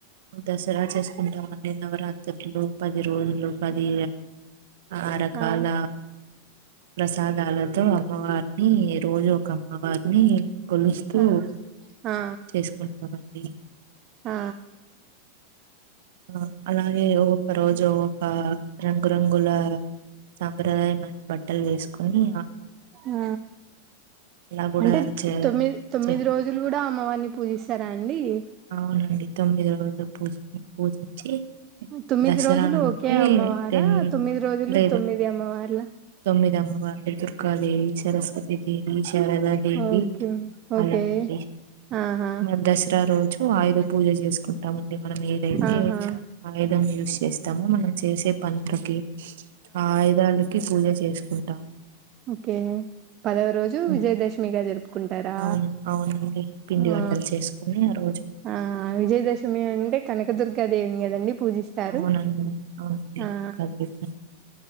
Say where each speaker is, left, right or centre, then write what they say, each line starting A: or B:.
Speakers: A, on the right; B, on the right.
A: దసరా చేసుకుంటామండి నవరాత్రులు పది రోజులు పది ఆరకాల
B: ఆ
A: ప్రసాదాల అమ్మవారిని రోజు ఒక అమ్మవారిని కొలుస్తూ
B: ఆ ఆ
A: చేసుకుంటామండి
B: ఆ
A: ఆ అలాగే ఒకేఒక రోజు ఒకఒక రంగురంగుల సాంప్రదాయమైన బట్టలు వేసుకుని
B: ఆ
A: అలా కూడా
B: అంటే
A: చే
B: తొమ్మిది తొమ్మిది
A: చే
B: రోజులు కూడా అమ్మవని పూజిస్తారా అండి
A: అవునండి తొమ్మిది రోజులు పూజ పూజించి
B: తొమ్మిది
A: దసరా
B: రోజులు
A: అంటే
B: ఒకే అమ్మవారా
A: టెన్
B: తొమ్మిది రోజులు
A: లేదు
B: తొమ్మిది అమ్మవార్లా
A: తొమ్మిది అమ్మవార్లు దుర్గదేవి సరస్వ తి శారదా దేవి
B: ఓకే ఓకే
A: అలా అండి
B: ఆహా
A: మా దసరా రోజు ఆయుధ పూజ చేసుకుంటామండి మనం ఏదైతే
B: ఆహా
A: ఆయుధం యూస్ చేస్తాము మనం చేసే పంటలకి ఆ ఆయుధాలకి పూజ చేసుకుంటాం
B: ఓకే పదవ రోజు
A: ఉం,
B: విజయదశమిగా జరుపుకుంటారా
A: అవును అవునండి పిండి
B: ఆ
A: వంటలు చేసుకుని ఆ రోజు
B: ఆ విజయదశమిీ అంటే కనకదుర్ ర్గా దేవుని కదండి పూజిస్తారు
A: అవునండి అవునండి ఏకాదశి.
B: ఆ